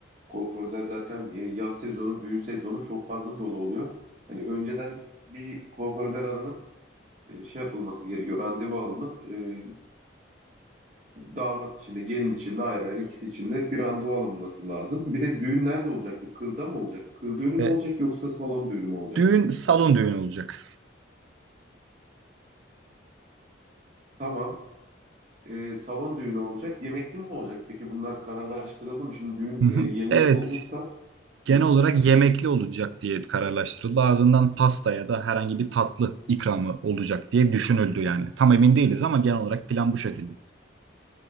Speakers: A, on the right; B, on the right.
A: kuaförler zaten e, yaz sezonu, düğün sezonu çok fazla dolu oluyor. Hani önceden bir kuaförler aranıp e, şey yapılması gerekiyor. Randevu alınıp e, damat için de gelin için de ayrı ayrı ikisi için de bir randevu alınması lazım. Bir de düğün nerede olacaktı? Kırda mı olacaktı? Kır düğünü
B: Ve
A: mü olacak yoksa salon düğünü mü olacak?
B: düğün salon düğünü olacak.
A: Tamam. e, salon düğünü olacak. Yemekli mi olacak? Peki bunlar kararlaştırıldı mı? Şimdi düğün
B: Hı
A: e,
B: hı.
A: yemekli
B: Evet
A: olursa...
B: genel
A: Hı hı.
B: olarak yemekli olacak diye kararlaştırıldı. Ardından pasta ya da herhangi bir tatlı ikramı olacak diye düşünüldü yani. Tam emin değiliz ama genel olarak plan bu şekilde.